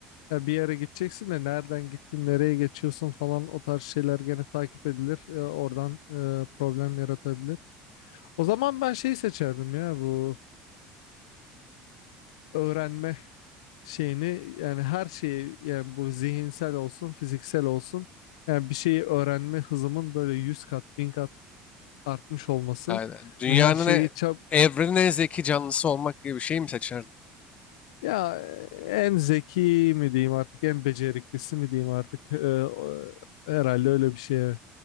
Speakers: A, on the left (about 80°); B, on the left (about 40°).
A: ya bir yere gideceksin de nereden gittin nereye geçiyorsun falan o tarz şeyler gene takip edilir E, oradan e, problem yaratabilir. O zaman ben şeyi seçerdim ya bu öğrenme şeyini yani her şeyi yani bu zihinsel olsun fiziksel olsun yani bir şeyi öğrenme hızımın böyle 100 kat 1000 kat artmış olması
B: Yani dünyanın,
A: yani her şeyi
B: e-
A: çab
B: evrenin en zeki canlısı olmak gibi bir şey mi seçerdin?
A: Ya en zeki mi diyeyim artık en beceriklisi mi diyeyim artık Ee, o- herhalde öyle bir şey. evet.